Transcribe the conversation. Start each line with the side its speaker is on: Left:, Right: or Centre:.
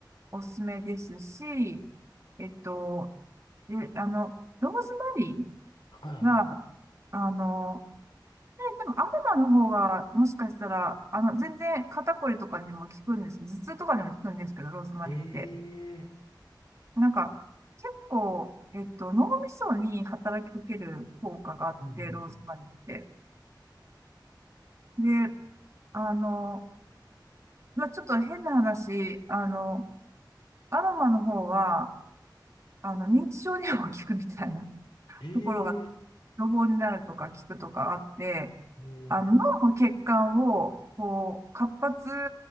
Right: おすすめですし、えっと、で、あの、ローズマリ
Left: は
Right: ーが、あの、でも、アロマの方が、もしかしたら、あの、全然肩こりとかにも効くんです。頭痛とかにも効くんですけど、ローズマリーって。
Left: いええ、はい。
Right: なんか、結構、えっと、脳みそに働きかける効果があって、
Left: うんうん
Right: ローズマリーって。で、あの、まあ、ちょっと変な話、あの、アロマの方は、あの、認知症にも効くみたいな <laughs>
Left: え
Right: ところが、
Left: え、
Right: 予防になるとか効くとかあって、
Left: うん。
Right: あの、
Left: ええ。
Right: 脳の血管を、こう、活発、